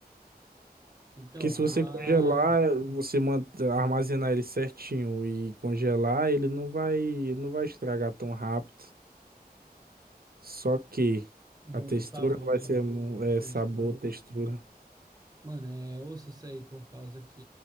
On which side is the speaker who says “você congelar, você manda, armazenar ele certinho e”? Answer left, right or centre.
Right